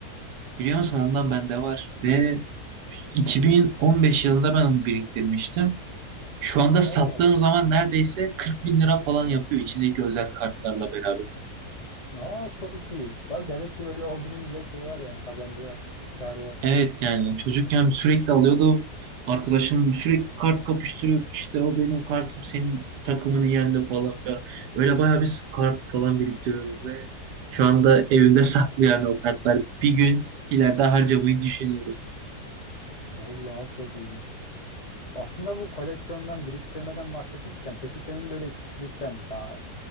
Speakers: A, on the right; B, on the left.
A: Biliyor musun ondan bende var ve 2015 yılında ben onu biriktirmiştim. Şu anda sattığım
B: Allah Allah.
A: zaman neredeyse 40 bin lira falan yapıyor içindeki özel kartlarla beraber.
B: Aa çok iyi. Bak demek ki böyle hobinin bile şeyi var yani kazancı var, kârı var.
A: Evet yani çocukken sürekli alıyordum. Arkadaşım sürekli kart kapıştırıyorduk. işte o benim kartım senin takımını yendi falan filan. Öyle bayağı biz kart falan biriktiriyorduk ve şu anda evimde <laughs> saklı yani o kartlar. Bir gün ileride harcamayı düşünüyorum.
B: Vallahi çok ilginç. Aslında bu koleksiyondan, biriktirmeden bahsetmişken peki senin böyle küçüklükten daha